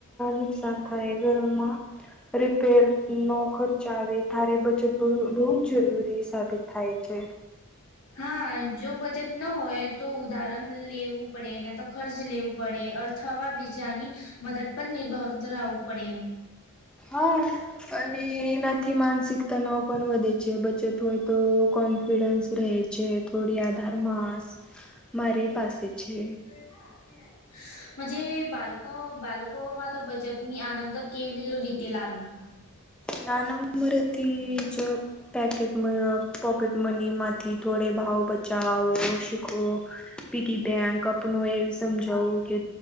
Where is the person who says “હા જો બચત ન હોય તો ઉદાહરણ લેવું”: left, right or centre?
Left